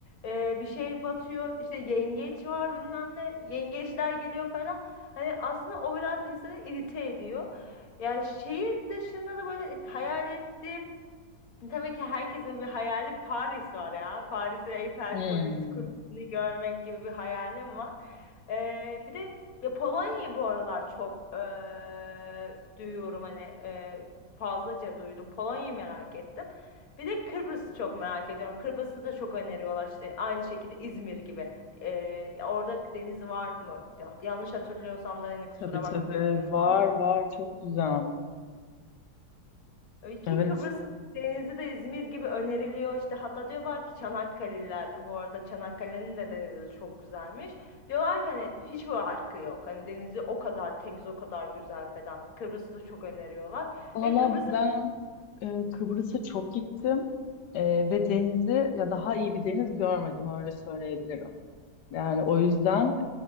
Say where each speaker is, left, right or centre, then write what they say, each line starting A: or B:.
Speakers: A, on the left (about 55°); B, on the left (about 75°).
A: e, bir şey batıyor. İşte yengeç var bilmem ne. Yengeçler geliyor falan. Hani aslında o biraz insanı irite ediyor. Ya şehir dışında da böyle hayal ettiğim Tabii ki herkesin bir hayali Paris var ya. Paris'i Eiffel
B: Hmm.
A: Kulesi- Kulesi'ni görmek gibi bir hayalim var. Ee, bir de ya Polonya'yı bu aralar çok ee, duyuyorum hani ee, fazlaca duydum. Polonya'yı merak ettim. Bir de Kıbrıs'ı çok merak ediyorum. Kıbrıs'ı da çok öneriyorlar işte aynı şekilde İzmir gibi. Ee, orada deniz var mı? Ya- Yanlış hatırlıyorsam da hani kusura
B: Tabii tabii.
A: bakma bilmiyorum
B: Var
A: ama.
B: var. Çok güzel.
A: Öyle Ki
B: Evet.
A: Kıbrıs'ın denizi de İzmir gibi öneriliyor. İşte hatta diyorlar ki Çanakkale'liler bu arada Çanakkale'nin de denizi çok güzelmiş. Diyorlar ki hani hiç bu yok. Hani denizi o kadar temiz, o kadar güzel falan. Kıbrıs'ı da çok öneriyorlar.
B: Valla
A: Ve Kıbrıs'ı
B: ben e, Kıbrıs'a çok gittim E, ve denizi ya daha iyi bir deniz görmedim öyle söyleyebilirim. Yani o yüzden